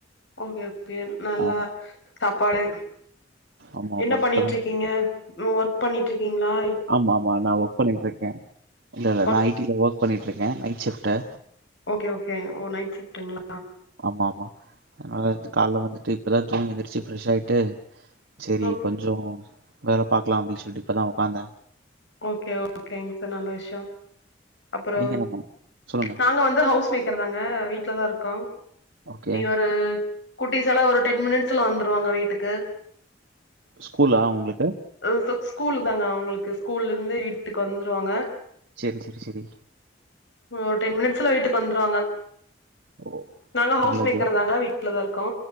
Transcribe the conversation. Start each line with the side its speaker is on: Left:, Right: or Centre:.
Left: ஓகே ஓகே நல்லா
Right: ஆ
Left: சாப்பாடு
Right: ஆமா
Left: என்ன
Right: ஆமா
Left: பண்ணிட்ருக்கீங்க
Right: இப்பதா
Left: மோ ஒர்க் பண்ணிட்ருக்கீங்ளா
Right: ஆமா ஆமா நா ஒர்க் பண்ணிட்ருக்கே இல்ல இல்ல
Left: ஒர்க்
Right: நா ஐடில ஒர்க் பண்ணிட்ருக்கே நைட் ஷிஃப்ட்டு
Left: ஓகே ஓகே ஓ நைட் ஷிஃப்டுங்ளா
Right: ஆமா ஆமா அனால ஏன்சி கால்ல வந்துட்டு இப்பதா தூங்கி எந்திரச்சு ஃப்ரெஷ் ஆயிட்டு சேரி
Left: ஓக்
Right: கொஞ்சோ வேல பாக்லா அப்டின் சொல்ட்டு இப்பதா ஒக்காந்தே
Left: ஓகே ஓகேங்க இது நல்ல விஷ்யோ அப்பறோ
Right: நீங்க என்ன பண் சொல்லுங்க
Left: நாங்க வந்து ஹவுஸ் மேக்கர் தாங்கா வீட்ல தா இருக்கோ
Right: ஓகே
Left: நீ ஒரு குட்டீஸ் எல்லா ஒரு டென் மினிட்ஸ்ல வந்துருவாங்க வீட்டுக்கு
Right: ஸ்கூலா அவுங்ளுக்கு
Left: ம் ஹும் ஸ்கூலு தாங்க அவுங்களுக்கு ஸ்கூல்ல இருந்து வீட்டுக்கு வந்துருவாங்க
Right: சேரி சேரி சேரி
Left: ஓ டென் மினிட்ஸ்ல வீட்டுக்கு வந்துருவாங்க
Right: ஓ
Left: நாங்க ஹவுஸ்
Right: நல்லது
Left: மேக்கர் தாங்க வீட்டுலதா இருக்கோ